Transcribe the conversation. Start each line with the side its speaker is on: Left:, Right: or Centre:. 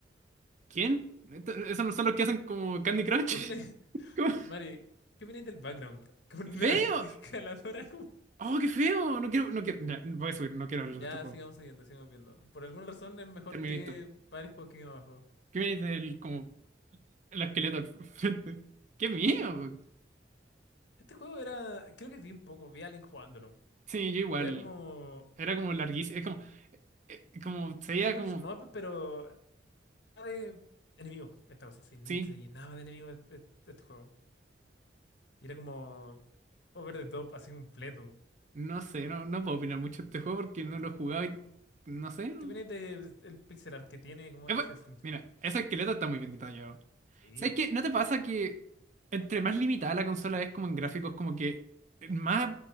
Right: ¿Quién? Esto- ¿Esos no son los que hacen como Candy Crush?
Left: ¿Qué opinas, <laughs>
Right: <laughs> ¿Cómo?
Left: Mari? ¿Qué opinas del background? Con una
Right: ¡Feo!
Left: <laughs> escaladora como...
Right: ¡Oh, qué feo! No quiero, no quiero. ya, voy a subir, no quiero hablar
Left: Ya,
Right: de este juego.
Left: sigamos siguiendo, sigamos viendo. Por alguna razón es mejor
Right: Terminator.
Left: que varios juegos que vimos abajo.
Right: ¿Qué me dice del como el esqueleto al frente? <laughs> ¡Qué miedo!
Left: Este juego era... Creo que vi un poco, vi a alguien jugándolo.
Right: Sí, yo igual.
Left: Y era como...
Right: Era como larguísimo. Es como. eh, como se
Left: Es
Right: veía
Left: como
Right: como
Left: un shmup, pero... era De enemigos, esta cosa. Se
Right: Sí,
Left: se llenaba de enemigos este, este- este juego. Y era como... Over the top, así completo.
Right: no sé, no, no puedo opinar mucho de este juego porque no lo he jugado y no sé. no-
Left: ¿Qué opinas del pixel art que tiene como
Right: Es
Left: ese
Right: bu-
Left: screenshot?
Right: Mira, ese esqueleto está muy bien detallado.
Left: Sí.
Right: ¿Sabes qué? ¿No te pasa que entre más limitada la consola es como en gráficos, como que más